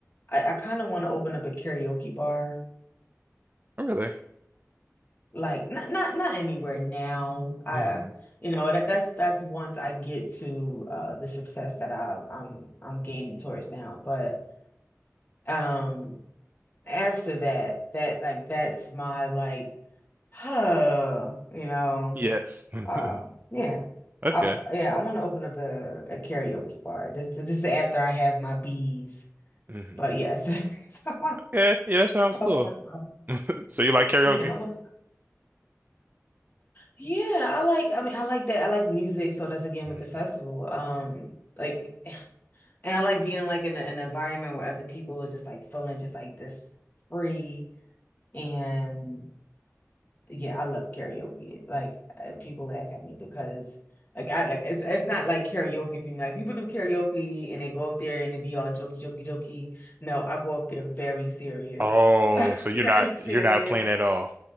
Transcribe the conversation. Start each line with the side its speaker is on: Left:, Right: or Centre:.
Left: I, I kind of want to open up a karaoke bar.
Right: <laughs> really,
Left: Like not not not anywhere now. I
Right: hmm
Left: you know that that's that's once I get to uh the success that I I'm I'm gaining towards now. But um after that that like that's my like huh you know
Right: yes, <laughs>
Left: uh yeah.
Right: okay,
Left: I yeah I want to open up a, a karaoke bar. This this is after I have my bees.
Right: hmm
Left: But yes. <laughs> So,
Right: okay, yeah, that sounds cool.
Left: Oh, um,
Right: <laughs> So you like karaoke?
Left: yeah, I want, yeah, I like, I mean, I like that. I like music, so that's again
Right: Mhm.
Left: with the festival. Um, like, and I like being like in a, an environment where other people are just like feeling just like this free. And yeah, I love karaoke. Like, uh, people laugh at me because like I like it's it's not like karaoke for me. Like people do karaoke and they go up there and they be all jokey, jokey, jokey. No, I go up there very serious,
Right: Oh,
Left: <laughs>
Right: so you're
Left: very
Right: not
Left: serious.
Right: you're not playing at all.